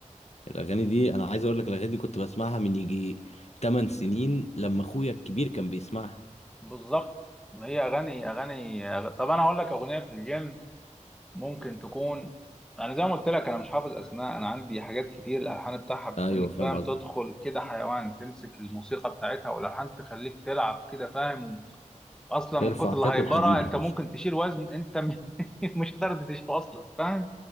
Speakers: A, on the left; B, in the centre.
A: الاغاني دي انا عايز اقول لك الاغاني دي كنت بسمعها من يجي 8 سنين لما اخويا الكبير كان بيسمعها
B: بالظبط ما هي اغاني اغاني أغ- طب انا هقول لك اغنيه في الجيم ممكن تكون انا زي ما قلت لك انا مش حافظ اسماء انا عندي حاجات كتير الالحان بتاعها بتخليك
A: ايوه فاهم
B: فاهم
A: قصدك
B: تدخل كده حيوان تمسك الموسيقى بتاعتها والالحان تخليك تلعب كده فاهم اصلا
A: ترفع
B: من كتر
A: تاكل
B: الهيبره
A: حديد
B: انت
A: يا باشا
B: ممكن تشيل وزن انت م- <laughs> مش قادر تشيله اصلا فاهم